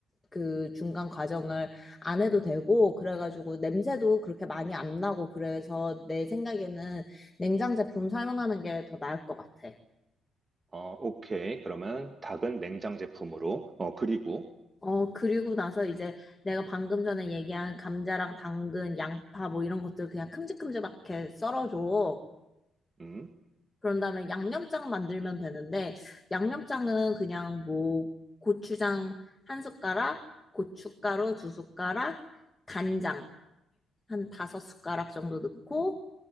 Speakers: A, on the left; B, on the right.
A: 그 중간 과정을 안 해도 되고 그래가지고 냄새도 그렇게 많이 안 나고 그래서 내 생각에는 냉장 제품 사용하는 게 더 나을 것 같아.
B: 어, 오케이. 그러면 닭은 냉장 제품으로. 어, 그리고
A: 어, 그리고 나서 이제 내가 방금 전에 얘기한 감자랑 당근, 양파 뭐 이런 것들 그냥 큼직큼직하게 썰어줘.
B: 음.
A: 그런 다음에 양념장 만들면 되는데, 양념장은 그냥 뭐, 고추장 한 숟가락, 고춧가루 두 숟가락, 간장 한 다섯 숟가락 정도 넣고,